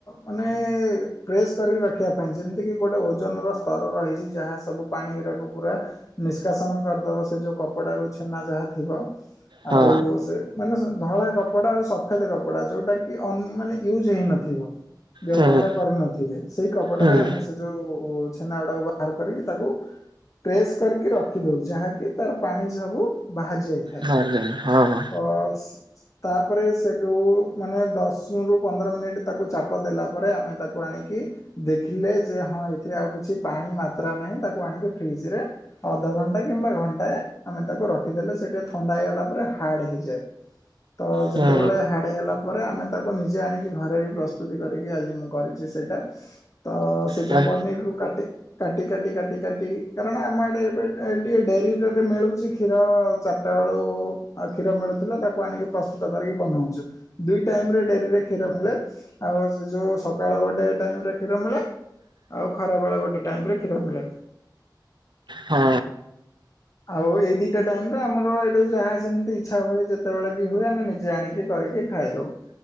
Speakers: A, on the left; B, on the right.
A: ମାନେ ପ୍ରେସ୍ କରିକି ରଖିବା ପାଇଁ ଯେମିତିକି ଗୋଟେ ଓଜନର ସ୍ତର ରହିଛି ଯାହା ସବୁ ପାଣି ଗଡାକୁ ପୁରା ନିଷ୍କାସନ କରିଦେବ ସେ ଯେଉଁ କପଡ଼ାରୁ ଛେନା ଯାହା ଥିବ
B: ହଁ
A: ଆଉ ସେ ମାନେ ଧଳା କପଡ଼ା ଆଉ ସଫେଦ କପଡା ଯୋଉଟା କି ଅନ୍ ମାନେ ୟୁଜ ହେଇ ନଥିବ ବ୍ୟବହାର
B: ହୁଁ
A: କରି ନଥିବେ ସେଇ କପଡ଼ାରେ
B: ହୁଁ।
A: ଆମେ ଯୋଉ ଛେନା ଗୁଡାକ ବାହାର କରିକି ତାକୁ ପ୍ରେସ୍ କରିକି ରଖି ଦଉ ଯାହାକି ତାର ପାଣି ସବୁ ବାହାରି ଯାଇଥାଏ
B: ନାଇଁ ନାଇଁ ହଁ
A: ତ ତାପରେ ସେକୁ ମାନେ ଦଶରୁ ପନ୍ଦର ମିନିଟ୍ ତାକୁ ଚାପ ଦେଲା ପରେ ଆମେ ତାକୁ ଆଣିକି ଦେଖିଲେ ଯେ ହଁ ଏଥିରେ ଆଉ କିଛି ପାଣି ମାତ୍ରା ନାହିଁ ତାକୁ ଆଣିକି ଫ୍ରିଜ ରେ ଅଧ ଘଣ୍ଟା କିମ୍ବା ଘଣ୍ଟା ଆମେ ତାକୁ ରଖିଦେଲେ ସେଟା ଥଣ୍ଡା ହେଇଗଲା ପରେ ହାର୍ଡ ହେଇଯାଏ। ତ
B: ହୁଁ
A: ଯେତେବେଳେ ହାର୍ଡ ହେଇଗଲା ଆମେ ତାକୁ ନିଜେ ଆଣିକି ଘରେ ବି ପ୍ରସ୍ତୁତି କରିକି ଆଜି ମୁଁ କରିଛି ସେଇଟା ତ ସେ
B: ହଁ
A: ଯୋଉ ପନିର କୁ କାଟି କାଟି କାଟି କାଟି କାଟି କାରଣ ଆମ ଆଡେ ଏବେ ଟିକେ ଡେରି ରେ ମିଳୁଛି କ୍ଷୀର ଚାର ବେଳ କ୍ଷୀର ମିଳୁଥିଲା ତାକୁ ଆଣିକି ପ୍ରସ୍ତୁତ କରିକି ବନଉଛୁ ଦୁଇ ଟାଇମ ରେ ଡେରିରେ କ୍ଷୀର ମିଳେ ଆଉ ସେ ଯୋଉ ସକାଳ ଗୋଟେ ଟାଇମରେ କ୍ଷୀର ମିଳେ ଆଉ ଖରାବେଳେ ଗୋଟେ ଟାଇମରେ କ୍ଷୀର ମିଳେ।
B: ହଁ
A: ଆଉ ଏଇ ଦିଟା ଟାଇମରେ ଆମର ଏଠୁ ଯାହା ସେମିତି ଇଚ୍ଛା ହୁଏ ଯେତେବେଳେ ବି ହୁଏ ଆମେ ନିଜେ ଆଣିକି କରିକି ଖାଇଦଉ